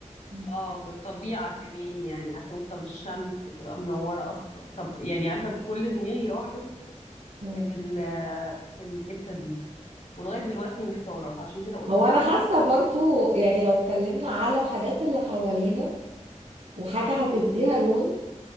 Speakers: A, on the right; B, on the left.
A: مم.
B: اه في الطبيعة كمان يعني هتقول طب الشمس تبقى منورة أصلا طب يعني عارفة كل دماغي راحت
A: مم.
B: في ال- في الحتة دي ولغاية دلوقتي محتارة عشان كده قلت
A: هو
B: أسألك
A: أنا حاسة برضو يعني لو اتكلمنا على الحاجات اللي حوالينا وحاجة هتديها
B: امم
A: لون